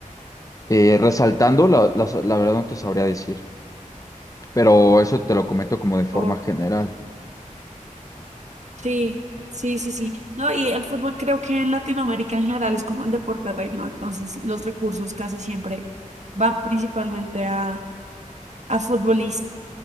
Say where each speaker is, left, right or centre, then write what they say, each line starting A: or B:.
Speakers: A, on the left; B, on the right.
A: eh, resaltando, la, la- la verdad no te sabría decir, pero eso te lo comento como de forma
B: Oh,
A: general.
B: sí, sí, sí, sí. No, y el fútbol creo que en Latinoamérica en general es como el deporte reino, entonces los recursos casi siempre van principalmente a, a futbolistas.